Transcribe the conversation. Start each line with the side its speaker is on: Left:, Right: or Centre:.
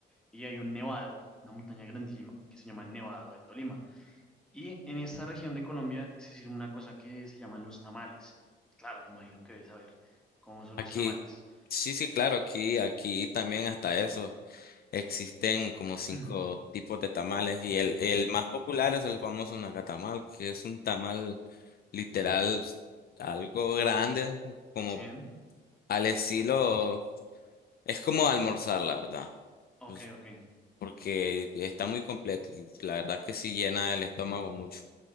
Centre: y hay un nevado, una montaña grandísima que se llama el Nevado del Tolima. Y en esta región de Colombia se sirve una cosa que se llaman los tamales. Claro, me imagino que debes saber cómo son
Left: Aquí,
Centre: los tamales.
Left: sí, sí, claro, aquí, aquí también hasta eso. Existen como
Centre: <clears throat>
Left: cinco tipos de tamales y el, el más popular es el famoso nacatamal, que es un tamal literal algo grande, como
Centre: ¿Sí?
Left: al estilo, es como almorzar, la verdad,
Centre: Ok,
Left: pues,
Centre: ok.
Left: porque está muy completo y la verdad que sí llena el estómago mucho.